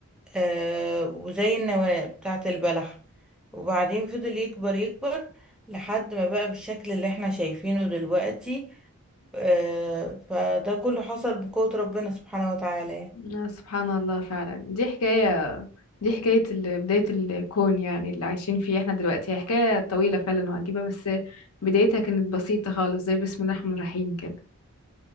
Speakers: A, in the centre; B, on the left.
A: آه وزي النواة بتاعة البلح وبعدين فضل يكبر يكبر لحد ما بقى بالشكل اللي احنا شايفينه دلوقتي آه فده كله حصل بقوة ربنا سبحانه وتعالى
B: آه، سبحان الله فعلا دي حكاية دي حكاية ال- بداية الكون يعني اللي عايشين فيه احنا دلوقتي هي حكاية طويلة فعلا وعجيبة بس بدايتها كانت بسيطة خالص زي بسم الله الرحمن الرحيم كده